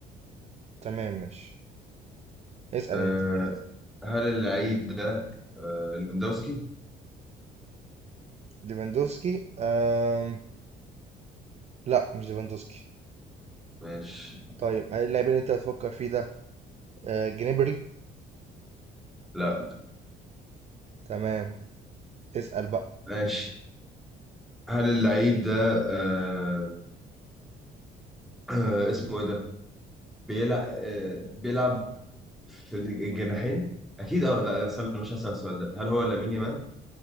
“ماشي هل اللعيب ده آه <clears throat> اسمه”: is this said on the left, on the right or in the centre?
Centre